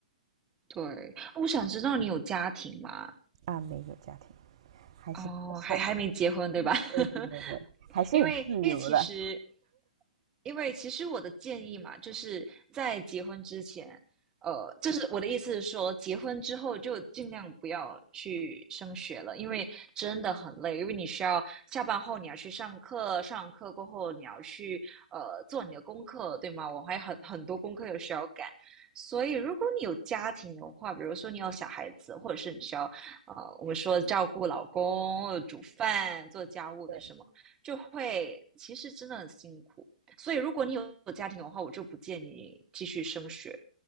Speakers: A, on the right; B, on the right.
A: 对，我想知道你有家庭吗？
B: 啊，没有家庭，还是单身，
A: 哦，还还没结婚，对吧？<laughs>
B: 对对对对，还是很自由的。
A: 因为因为其实，因为其实我的建议嘛，就是在结婚之前，呃，就是我的意思是说，结婚之后就尽量不要去升学了，因为真的很累，因为你需要下班后你要去上课，上完课过后你要去呃做你的功课，对吗？我还很很多功课有需要赶，所以如果你有家庭的话，比如说你有小孩子，或者是你需要呃，我们说照顾老公、煮饭、做家务的什么，
B: 对，
A: 就会其实真的很辛苦。所以如果你有家庭的话，我就不建议你继续升学。